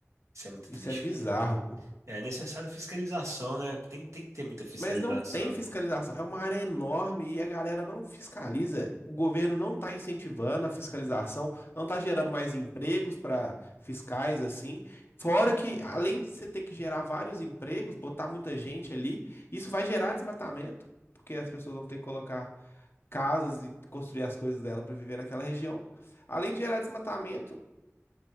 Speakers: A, on the right (about 80°); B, on the left (about 50°).
A: isso é muito
B: Isso
A: triste,
B: é bizarro,
A: cara.
B: pô.
A: É necessário fiscalização, né? Tem, tem que ter muita fiscalização.
B: Mas não tem fiscalização. É uma área enorme e a galera não fiscaliza. O governo não está incentivando a fiscalização, não está gerando mais empregos para fiscais assim. Fora que, além de você ter que gerar vários empregos, botar muita gente ali, isso vai gerar desmatamento, porque as pessoas vão ter que colocar casas e construir as coisas dela para viver naquela região. Além de gerar desmatamento,